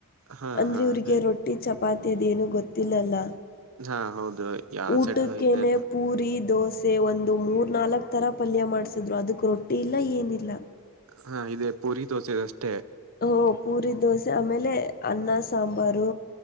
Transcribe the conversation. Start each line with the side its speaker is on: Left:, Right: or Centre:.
Right: ಹಾ
Left: ಅಂದ್ರೆ
Right: ಹಾ
Left: ಇವ್ರಿಗೆ
Right: ಹೇಗ್
Left: ರೊಟ್ಟಿ ಚಪಾತಿ ಅದೇನು ಗೊತ್ತ ಇಲ್ಲೆಲ್ಲ
Right: ಹಾ ಹೌದು ಯಾವ
Left: ಊಟಕ್ಕೆೇನೆ
Right: ಸೈಡ್ ಇಲ್ಲೇ ಇಲ್ಲ
Left: ಪೂರಿ ದೋಸೆ ಒಂದು ಮೂರು ನಾಲ್ಕು ಥರ ಪಲ್ಯ ಮಾಡಿಸಿದ್ರು ಅದಕ್ಕೆ ರೊಟ್ಟಿ ಇಲ್ಲ ಏನಿಲ್ಲ
Right: ಹಾ ಇದೇ ಪುರಿ ದೋಸೆಗೆ ಅಷ್ಟೇ.
Left: ಓ ಪೂರಿ ದೋಸೆ ಆಮೇಲೆ ಅನ್ನ ಸಾಂಬಾರು.